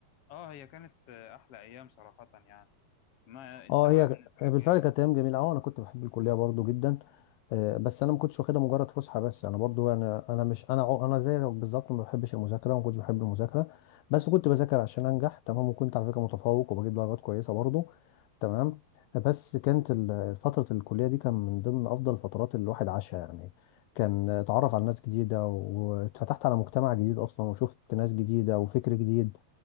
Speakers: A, on the left; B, on the left.
A: اه هي كانت احلى ايام صراحه يعني ما انت
B: اه
A: بقى
B: هي
A: بالنسبه
B: بالفعل
A: لك ايه
B: كانت ايام جميله اه انا كنت بحب الكليه برضو جدا آه، بس انا ما كنتش واخدها مجرد فسحه بس انا برضو انا انا مش انا عو- انا زي بالظبط ما بحبش المذاكره وما كنتش بحب المذاكره بس كنت بذاكر عشان انجح تمام وكنت على فكره متفوق وبجيب درجات كويسه برضو تمام بس كانت ال- فتره الكليه دي كان من ضمن افضل الفترات اللي الواحد عاشها يعني كان اتعرف على ناس جديده واتفتحت على مجتمع جديد اصلا وشفت ناس جديده وفكر جديد